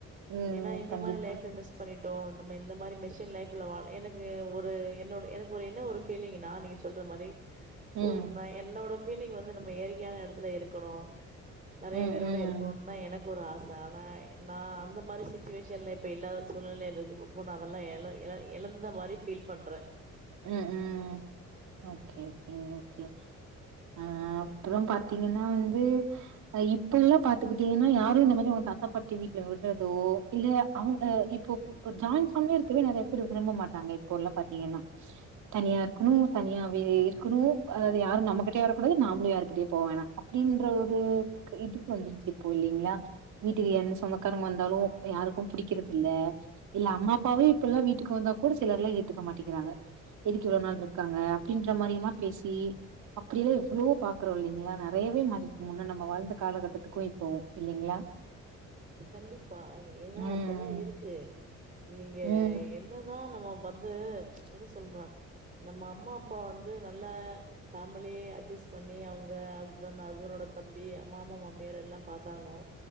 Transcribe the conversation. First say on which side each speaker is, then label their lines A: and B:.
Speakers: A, on the right; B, on the right.
A: ம்
B: ஏன்னா இந்த
A: கண்டிப்பா
B: மாரி லைஃப மிஸ் பண்ணிட்டோ நம்ம இந்த மாரி மிஸ் டு லைஃப்ல வா எனக்கு ஒரு என்னோட எனக்கு ஒரு என்ன ஒரு ஃபீலிங்கினா நீங்க சொல்ற மாரி
A: ம்
B: ஒரு ந என்னோட ஃபீலிங் வந்து நம்ம இயற்கையான எடத்துல இருக்கணு நறைய
A: ம்
B: பேரோட
A: ம்
B: இருக்கணுன்தா எனக்கொரு ஆச ஆனா நா அந்த மாரி சிட்டுவேஷன்ல இப்ப இல்லாத சூழ்நிலையில் இருக்குறப்போ நா அதெல்லா எல்லா எ எழந்த மாரி ஃபீல் பண்றே
A: ம் ம் ஓகே ஓகேங் ஓகே அ அப்பறம் பாத்தீங்கன்னா வந்து ஆ இப்போ எல்லா பாத்துக்கிட்டீங்கன்னா யாரு இந்த மாரி அவுங்க தாத்தா பாட்டி வீட்ல விட்றதோ இல்ல அவுங்க இப்போ இப்ப ஜாயின் ஃபேம்லியா இருக்கவே நெறைய பேர் விரும்ப மாட்டாங்க இப்போல்லா பாத்தீங்கன்னா தனியா இருக்கணு தனியாவே இருக்கணு அது யாரு நம்மகிட்டயே வரக்கூடாது நாமளு யாரு கிட்டயு போவேணா அப்டின்ற ஒரு இதுக்கு வந்துருச்சு இப்போ இல்லீங்ளா வீட்டுக்கு யார்னா சொந்தக்காரங்க வந்தாலு யாருக்க புடிக்கிறதில்ல இல்ல அம்மா அப்பாவே இப்பல்லா வீட்டுக்கு வந்தா கூட சிலர்லா ஏத்துக்க மாட்டிக்கிறாங்க எதுக்கு இவ்ள நாள்ட்ருக்காங்க அப்படின்ற மாரில்லா பேசி அப்படியெல்லா எவ்வளவோ பாக்குறோ இல்லிங்ளா நெறையவே மாறிருக்கு முன்ன நம்ம வாழ்ந்த காலகட்டத்துக்கு இப்போ இல்லீங்ளா
B: கண்டிப்பா அதா ஏனா
A: ம்
B: அப்டிதா இருக்கு நீங்க
A: ம்
B: என்னதா நம்ம வந்து என்ன சொல்ற நம்ம அம்மா அப்பா வந்து நல்ல ஃபேமிலி அட்ஜஸ் பண்ணி அவுங்க ஹஸ்பண் ஹஸ்பண்டோட தம்பி மாமா மாமியார் எல்லா பாத்தாலு